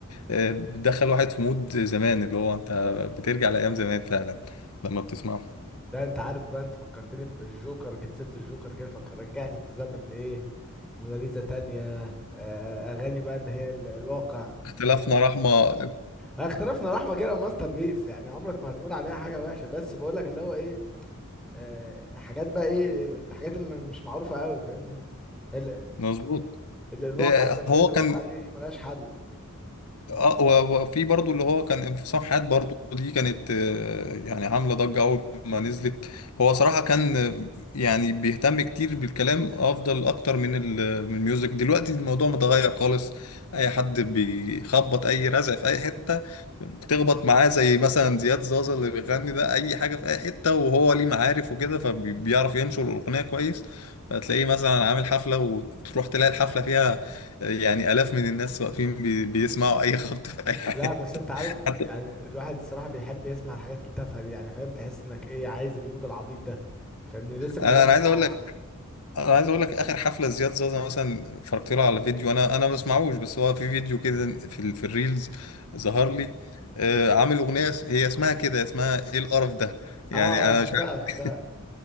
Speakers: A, on the left; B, in the centre.
A: آه، بتدخل واحد في مود زمان اللي هو انت بترجع لايام زمان فعلا لما بتسمعه
B: لا انت عارف بقى انت فكرتني بالجوكر جبت سيرة الجوكر كده فكر رجعت بالزمن لايه موناليزا تانية آه، اغاني بقى اللي هي ال- الواقع
A: اختلافنا
B: طب
A: رحمه
B: آه، اختلفنا رحمة كده ماستر بيس يعني عمرك ما هتقول عليها حاجة وحشة بس بقول لك اللي هو ايه آه، حاجات بقى ايه الحاجات اللي مش معروفة قوي فاهمني ال-
A: مظبوط
B: ال- الواقع
A: آه،
B: دي اغنية
A: هو
B: الواقع
A: كان
B: دي ملهاش حل
A: اه و- وفي برضو اللي هو كان انفصام حاد برضو دي كانت آه، يعني عامله ضجه اول ما نزلت هو صراحه كان آه، يعني بيهتم كتير بالكلام افضل اكتر من ال- من الميوزك دلوقتي الموضوع متغير خالص اي حد بيخبط اي رزع في اي حته بتخبط معاه زي مثلا زياد زازا اللي بيغني ده اي حاجه في اي حته وهو ليه معارف وكده فبيعرف ينشر الاغنيه كويس فتلاقيه مثلا عامل حفله وتروح تلاقي الحفله فيها يعني آلاف من الناس واقفين بي... بيسمعوا أي خبط في أي حاجة
B: لا بس انت عارف
A: حتى
B: يعني الواحد الصراحة بيحب يسمع الحاجات التافهة دي يعني فاهم تحس انك ايه عايز المود العبيط ده فاهمني لسه كنت
A: أنا
B: بسمع
A: أنا عايز أقول لك أنا عايز أقول لك آخر حفلة زياد زازا مثلا اتفرجت له على فيديو أنا أنا ما بسمعوش بس هو في فيديو كده في ال... في الريلز ظهر لي آه عامل أغنية اس- هي اسمها كده اسمها إيه القرف ده يعني
B: اه
A: أنا
B: اه شفتها
A: مش عارف
B: شفتها